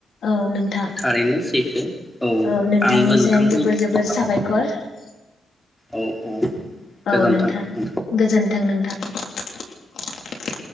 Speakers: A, on the left; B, in the centre.
A: औ नोंथां
B: थारैनो सैथो।
A: औ नोंथांनिसाइ
B: आंबो नोंथांजों
A: जोबोर जोबोर
B: औ
A: साबायखर ‌।
B: औ औ
A: औ
B: गोजोन्थों
A: नोंथां गोजोन थों नोंथां ।